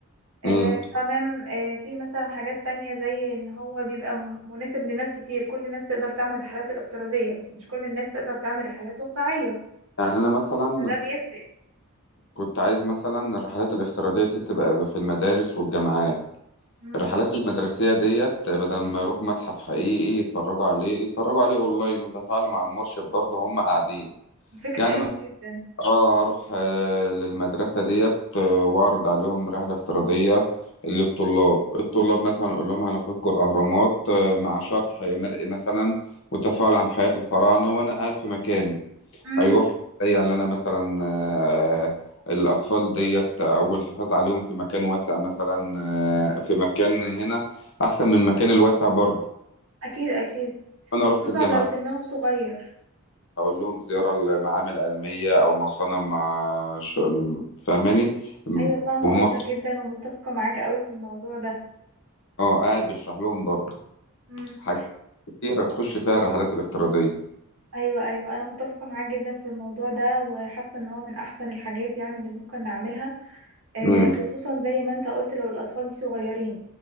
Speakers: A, on the right (about 70°); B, on the left (about 55°).
A: آه
B: مم.
A: تمام آه في مثلا حاجات تانية زي إن هو بيبقى م- مناسب لناس كتير كل الناس تقدر تعمل رحلات الافتراضية بس مش كل الناس تقدر تعمل رحلات واقعية
B: يعني أنا مثلا
A: فده بيفرق
B: كنت عايز مثلا الرحلات الافتراضية دي تبقى في المدارس والجامعات
A: مم.
B: الرحلات المدرسية ديت بدل ما يروحوا متحف حقيقي يتفرجوا عليه يتفرجوا عليه اونلاين وتفاعلوا مع المرشد برضه هم قاعدين
A: دي فكرة
B: يعني
A: حلوة
B: مثلا
A: جدا
B: اه هروح آه، للمدرسة ديت آه، واعرض عليهم رحلة افتراضية للطلاب الطلاب مثلا اقول لهم هناخدكم الاهرامات آه، مع شرح مرئي مثلا وتفاعل عن حياة الفراعنة وانا قاعد في مكاني
A: مم.
B: هيوفر عليا ان انا مثلا آه، الاطفال ديت او الحفاظ عليهم في مكان واسع مثلا آه، في مكان هنا احسن من المكان الواسع برضه
A: أكيد أكيد
B: انا رحت
A: خصوصا
B: الجامعه
A: لو سنهم صغير
B: اقول لهم زياره لمعامل علميه او مصانع ما ش- فاهماني
A: أيوة فاهمة
B: ومصانع
A: قصدك جدا ومتفقة معاك قوي في الموضوع ده
B: اه قاعد بيشرح لهم برضه
A: مم.
B: حاجات كتيره تخش فيها الرحلات الافتراضيه
A: ايوه ايوه انا متفقه معاك جدا في الموضوع ده وحاسه ان هو من احسن الحاجات يعني اللي ممكن نعملها آه،
B: امم
A: خصوصا زي ما انت قلت لو الاطفال دي صغيرين